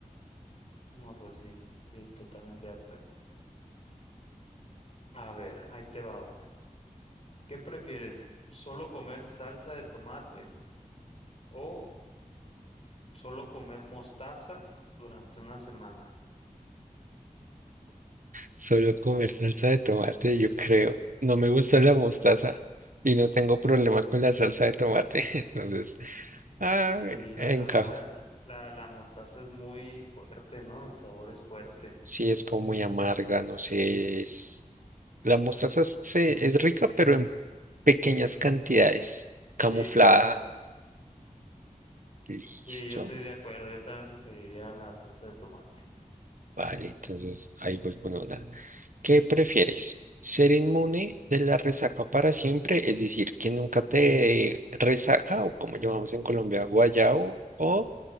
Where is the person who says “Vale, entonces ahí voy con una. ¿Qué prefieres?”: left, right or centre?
Right